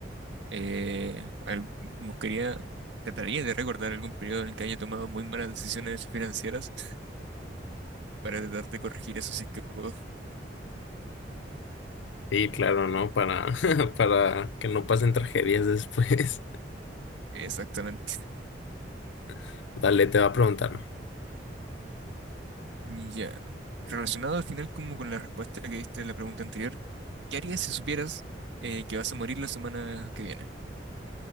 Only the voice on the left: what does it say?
Sí, claro, ¿no? Para, <laughs> para que no pasen tragedias después.
<laughs> Dale, te va a preguntarme.